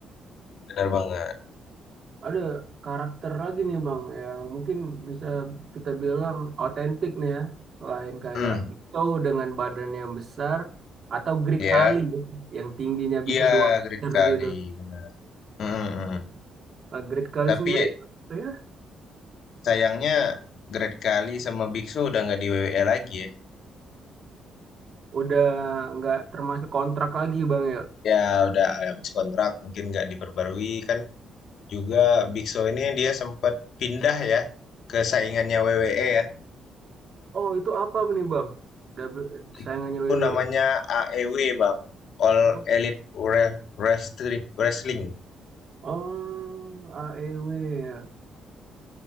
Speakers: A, on the left (about 65°); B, on the right (about 50°).
A: Benar banget.
B: ada karakter lagi nih Bang yang mungkin bisa kita bilang otentik nih ya. Selain kayak
A: Hmm.
B: Big Show dengan badan yang besar atau Great
A: Ya,
B: Kali ya, yang tingginya bisa
A: iya
B: dua meter
A: Great Kali
B: gitu.
A: benar. Mm, mm.
B: Nah, Great Kali
A: Tapi
B: sendiri
A: ya,
B: saya
A: sayangnya Great Kali sama Bigso udah nggak di WWE lagi ya.
B: udah nggak termasuk kontrak lagi Bang ya.
A: Ya udah habis kontrak mungkin nggak diperbarui kan. Juga Bigso ini dia sempat pindah ya ke saingannya WWE ya.
B: Oh itu apa nih Bang? W- Sayangannya
A: Itu
B: WWE.
A: namanya AEW Bang, All
B: Oh,
A: Elite Wre- Wrestling. Wrestling.
B: oh AEW ya.